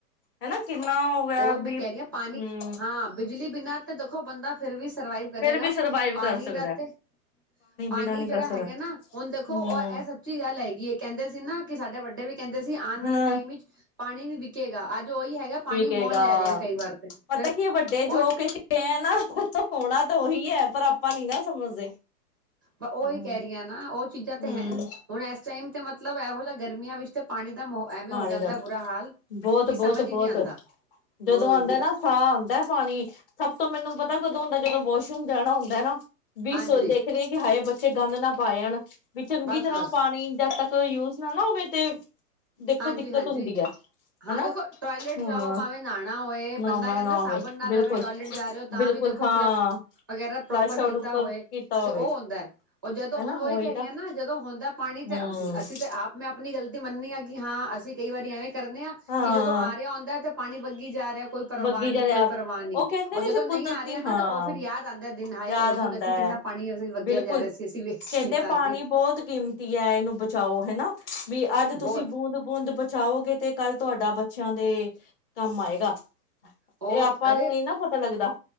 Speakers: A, on the left; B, on the right.
A: ਹਨਾ ਕਿੰਨਾ ਹੋ ਗਿਆ
B: ਉਹ ਮੈਂ
A: ਵੀ
B: ਕਹਿ
A: ਹਮ
B: ਰਹੀ ਹਾਂ ਪਾਣੀ ਹਾਂ ਬਿਜਲੀ ਬਿਨਾਂ ਤੇ ਦੇਖੋ, ਬੰਦਾ ਫਿਰ ਵੀ ਸਰਵਾਈਵ ਕਰੇਗਾ
A: ਫੇਰ ਵੀ ਸਰਵਾਈਵ
B: ਪਾਣੀ
A: ਕਰ ਸਕਦਾ
B: ਦਾ ਤੇ ਪਾਣੀ
A: ਬਿਨਾਂ ਨੀ
B: ਜਿਹੜਾ
A: ਕਰ ਸਕਦਾ
B: ਹੈਗਾ ਨਾ ਹੁਣ ਦੇਖੋ,
A: ਹਮ
B: ਉਹ ਇਹ ਸੱਚੀ ਗੱਲ ਹੈਗੀ ਹੈ ਕਹਿੰਦੇ ਸੀ ਨਾ ਕਿ ਡ ਵੱਡੇ ਵੀ ਕਹਿੰਦੇ ਸੀ, ਆਣ ਵਾਲੇ
A: ਹਾਂ
B: ਟਾਈਮ ਵਿੱਚ ਪਾਣੀ ਵੀ ਵਿਕੇਗਾ ਅੱਜ ਉਹੀ ਹੈਗਾ।
A: ਹੈਗਾ
B: ਮੋਲ ਲੈ ਰਹੇ ਆ ਕਈ ਵਾਰ ਤੇ
A: ਪਤਾ
B: ਫਿਰ
A: ਕੀ ਵੱਡੇ ਜੋ
B: ਔਰ
A: ਕਿ ਨਾ, ਹੋਣਾ ਤਾਂ ਉਹੀ ਹੈ, ਪਰ ਆਪ ਆਪਾਂ ਨੀ ਨਾ ਸਮਝਦੇ।
B: ਮੈਂ ਉਹੀ
A: ਹੂੰ
B: ਕਹਿ ਰਹੀਆਂ ਨਾ ਉਹ ਚੀਜ਼ਾਂ ਤੇ
A: ਹੂੰ
B: ਹੈ ਹੁਣ ਇਸ ਟਾਈਮ। ਤੇ ਮਤਲਬ ਇਹੋ ਜਿਹਾ ਗਰਮੀਆਂ ਵਿੱਚ ਤੇ ਪਾਣੀ ਦਾ ਮੋ ਐਵੇਂ
A: ਪਾਣੀ
B: ਹੋ ਜਾਂਦਾ
A: ਦਾ
B: ਬੁਰਾ ਹਾਲ
A: ਬਹੁਤ
B: ਕਿ
A: ਬਹੁਤ
B: ਸਮਝ ਹੀ
A: ਬਹੁਤ
B: ਨਹੀਂ ਆਉਂਦਾ
A: ਜਦੋਂ
B: ਉਹੀ
A: ਆਦਾ
B: ਬਿਲਕੁਲ
A: ਨਾ ਸਾਹ ਆਦਾ ਪਾਣੀ ਸਭ ਤੋਂ ਮੈਨੂੰ ਪਤਾ। ਕਦੋਂ ਹੁੰਦਾ ਜਦੋਂ ਵਾਸ਼ਰੂਮ ਜਾਣਾ ਹੁੰਦਾ ਹੈ ਨਾ, ਵੀ
B: ਹਾਂਜੀ
A: ਸ ਦੇਖ ਰਹੇ ਕਿ ਹਾਏ ਬੱਚ ਬੱਚੇ ਗੰਦ ਨਾ ਪਾਏ ਆਣ। ਵੀ ਚੰਗੀ
B: ਬਸ
A: ਤਰ੍ਹਾਂ
B: ਬਸ
A: ਪਾਣੀ ਜਦ ਤੱਕ, ਤੋ ਯੂਜ਼ ਨਾ ਹੋਵੇ ਤੇ। ਦੇਖੋ
B: ਹਾਂਜੀ
A: ਦਿੱਕਤ
B: ਹਾਂਜੀ
A: ਹੁੰਦੀ ਹੈ
B: ਹਾਂ
A: ਹਨਾ
B: ਦੇਖੋ ਟੋਇਲੇਟ
A: ਹਾਂ
B: ਜਾਓ ਭਾਵੇਂ ਨਹਾਣਾ ਹੋਏ
A: ਨਾ
B: ਬੰਦਾ
A: ਵੇ
B: ਕਹਿੰਦਾ ਸਾਬਣ
A: ਵੇ
B: ਨਾ
A: ਬਿਲਕੁਲ
B: ਰਵੇ ਟੋਇਲੇਟ ਜਾ ਰਹੇ ਹੋ ਤਾਂ
A: ਬਿਲਕੁਲ
B: ਵੀ ਦੇਖੋ
A: ਹਾਂ
B: ਫਲਸ਼ ਵਗੈਰਾ
A: ਫਲੈਸ਼
B: ਪ੍ਰੋਪਰ
A: ਆਊਟ
B: ਕੀਤਾ ਹੋਏ
A: ਹੋਵੇ
B: ਤੇ ਉਹ ਹੁੰਦਾ ਹੈ ਉਹ ਜਦੋਂ
A: ਹਨਾ
B: ਹੁਣ ਉਹੀ ਕਹਿ
A: ਤਾਂ
B: ਰਹੀਆਂ ਨਾ ਜਦੋਂ ਹੁੰਦਾ ਪਾਣੀ
A: ਹੂੰ
B: ਤੇ ਅਸੀਂ ਤਾਂ ਆਪ ਮੈਂ ਆਪਣੀ ਗਲਤੀ ਮੰਨਨੀ ਆ ਕਿ ਹਾਂ ਅਸੀਂ ਕਈ ਵਾਰੀ ਐਵੇਂ ਕਰਦੇੇ ਹਾਂ
A: ਹਾਂ
B: ਕਿ ਜਦੋਂ ਆ ਰਿਹਾ ਹੁੰਦਾ ਤਾਂ ਪਾਣੀ ਵੱਗੀ ਜਾ ਰਿਹਾ ਕੋਈ ਪਰਵਾਹ
A: ਬੱਗੀ
B: ਨੀ
A: ਜਿਹਾ ਰੈਪ
B: ਕੋਈ ਪਰਵਾਹ ਨੀ
A: ਉਹ ਕਹਿੰਦੇ
B: ਔਰ ਜਦੋਂ
A: ਫਿਰ
B: ਨਹੀਂ
A: ਕੁਦਰਤੀ
B: ਆ ਰਿਹਾ ਨਾ
A: ਹਾਂ
B: ਤਾਂ ਉਹ ਫਿਰ ਯਾਦ ਆਦਾ ਦਿਨ ਹਏ
A: ਯਾਦ
B: ਉਸ ਦਿਨ
A: ਆਉਂਦਾ
B: ਅਸੀਂ ਕਿੰਨਾ
A: ਹੈ
B: ਪਾਣੀ ਅਸੀ ਵੱਗਿਆ
A: ਬਿਲਕੁਲ
B: ਜਾ ਰਿਹਾ ਸੀ, ਅਸੀਂ ਵੇਸਟ
A: ਕਹਿੰਦੇ
B: ਕੀਤਾ
A: ਪਾਣੀ
B: ਸੀ
A: ਬਹੁਤ ਕੀਮਤੀ ਹੈ ਇਹਨੂੰ ਬਚਾਓ ਹਨਾ ਵੀ ਅੱਜ
B: ਬਹੁਤ
A: ਤੁਸੀਂ ਬੂੰਦ ਬੂੰਦ ਬਚਾਓਗੇ ਤੇ ਕੱਲ ਤੁਹਾਡਾ ਬੱਚਿਆਂ ਦੇ ਕੰਮ ਆਏਗਾ।
B: ਉਹ
A: ਇਹ ਆਪਾਂ
B: ਅਰੇ
A: ਨੂੰ ਨਹੀਂ ਨਾ ਪਤਾ ਲੱਗਦਾ